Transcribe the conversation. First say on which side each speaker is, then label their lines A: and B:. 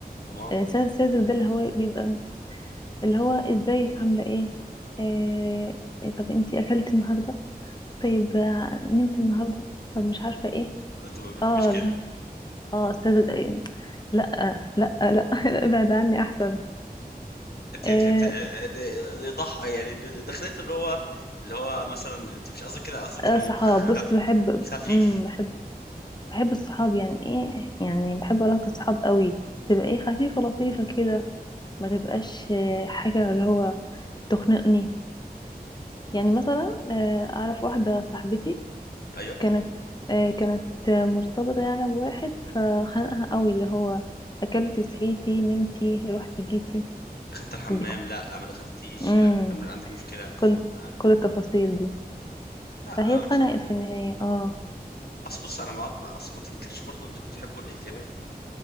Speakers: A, on the left; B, on the left.
A: ما
B: الانسان الساذج ده اللي هو بيبقى م- اللي هو ازيك عاملة ايه آه... إيه، طب انتي اكلت النهاردة طيب آه، نمت النهاردة طب مش عارفة ايه
A: انت ما بتحبش
B: اه
A: كده
B: اه استاذ لا لا لا <laughs> ابعد عني احسن
A: انت
B: إيه
A: انت انت اللي ضح يعني اللي دخلته اللي هو اللي هو مثلا انت مش قصدك كده قصدك
B: آه،
A: انه
B: صحاب
A: خفي...
B: بص بحب
A: خفيف
B: امم بحب بحب الصحاب يعني ايه يعني بحب علاقة الصحاب قوي تبقى ايه خفيفة لطيفة كده ما تبقاش آه، حاجة اللي هو تخنقني يعني مثلا آه، اعرف واحدة صاحبتي
A: ايوه
B: كانت آه، كانت آه، مرتبطة يعني بواحد فخنقها قوي اللي هو اكلتي صحيتي نمتي رحتي جيتي
A: دخلت الحمام
B: بك-
A: لا ما دخلتيش
B: امم
A: لا انت من عندك مشكله
B: كل
A: آه.
B: كل التفاصيل دي
A: لا
B: فهي
A: انا
B: اتخنقت
A: بص...
B: في النهاية اه
A: اصل بص انا بع- اصل ما تنكرش برضو انتوا بتحبوا الاهتمام